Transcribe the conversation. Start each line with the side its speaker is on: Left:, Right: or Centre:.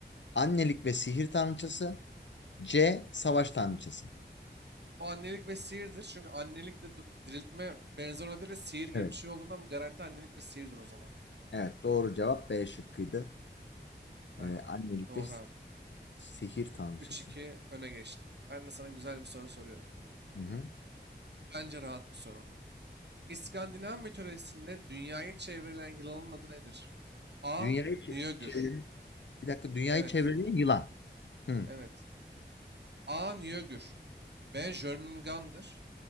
Left: Annelik ve sihir tanrıçası. C. Savaş tanrıçası.
Right: Bu annelik ve sihirdir. Çünkü annelik de du- diriltme benzer olabilir ve sihir gibi
Left: Evet.
Right: bir şey olduğundan bu garanti annelik ve sihirdir o zaman.
Left: Evet. Doğru cevap B şıkkıydı.
Right: Aynen.
Left: Ee, annelik
Right: Doğru
Left: ve si-
Right: abi.
Left: sihir tanrıçası.
Right: üç iki öne geçtim. Ben de sana güzel bir soru soruyorum.
Left: Hı hı.
Right: Bence rahat bir soru. İskandinav mitolojisinde dünyayı çevreleyen yılanın adı nedir? A.
Left: Dünyayı çe-
Right: Njögür.
Left: çeviren, bir dakika dünyayı
Right: Evet,
Left: çeviren
Right: dü-
Left: yılan. Hı.
Right: evet. A. Njögür. B. Jörmungandr.